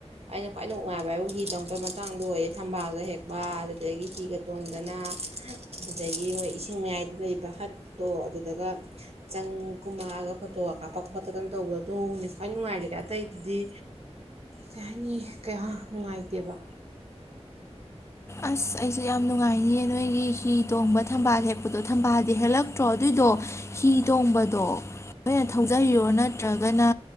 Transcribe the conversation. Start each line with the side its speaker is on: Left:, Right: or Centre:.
Right: ꯑꯩꯅ ꯈ꯭ꯋꯥꯏ ꯅꯨꯡꯉꯥꯏꯕ ꯍꯥꯏꯕꯨ ꯍꯤ ꯇꯣꯡꯉꯛꯄꯩ ꯃꯇꯥꯡꯗꯣ ꯑꯣꯏꯌꯦ ꯊꯝꯕꯥꯜꯒ ꯍꯦꯛꯄ ꯑꯗꯨꯗꯒꯤ ꯍꯤꯒ ꯇꯣꯡꯗꯅ ꯑꯗꯨꯗꯒꯤ ꯃꯣꯏ ꯏꯁꯤꯡ ꯃꯌꯥꯏꯗ ꯂꯩꯕ ꯍꯠꯇꯣ ꯑꯗꯨꯗꯒ ꯆꯪ ꯀꯨꯝꯃꯛꯑꯒ ꯐꯣꯇꯣꯒ ꯀꯥꯞꯄꯛ ꯈꯣꯠꯇꯅ ꯇꯧꯕꯗꯣ ꯑꯗꯨꯅ ꯈ꯭ꯋꯥꯏ ꯅꯨꯡꯉꯥꯏꯔꯦ ꯑꯇꯩꯗꯨꯗꯤ ꯀꯩ ꯍꯥꯏꯅꯤ ꯀꯌꯥ ꯅꯨꯡꯉꯥꯏꯇꯦꯕ
Left: ꯑꯁ ꯑꯩꯁꯨ ꯌꯥꯝ ꯅꯨꯡꯉꯥꯏꯅꯤꯌꯦꯅ ꯅꯣꯏꯒꯤ ꯍꯤ ꯇꯣꯡꯕ ꯊꯝꯕꯥꯜ ꯍꯦꯛꯄꯗꯣ ꯊꯝꯕꯥꯜꯗꯤ ꯍꯦꯜꯂꯛꯇ꯭ꯔꯣ ꯑꯗꯨꯒꯤꯗꯣ ꯍꯤ ꯇꯣꯡꯕꯗꯣ ꯅꯣꯏꯅ ꯊꯧꯖꯔꯤꯔꯣ ꯅꯠꯇ꯭ꯔꯒ ꯅꯣꯏꯅ